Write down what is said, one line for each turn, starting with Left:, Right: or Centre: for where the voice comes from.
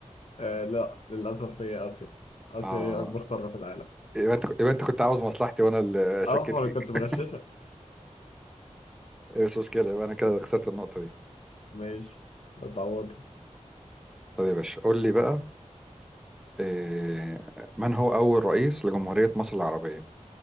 Left: آه لا للأسف هي آسيا آسيا
Centre: اه
Left: هي أكبر قارة في العالم
Centre: يبقى انت يبقى انت كنت عاوز مصلحتي وانا اللي
Left: أه
Centre: شكيت
Left: ما
Centre: فيك
Left: أنا كنت بغششك
Centre: إيه، مش مشكله يبقى انا كده خسرت النقطه دي
Left: ماشي اتعوضها
Centre: طيب يا باشا قول لي بقى إيه من هو اول رئيس لجمهوريه مصر العربيه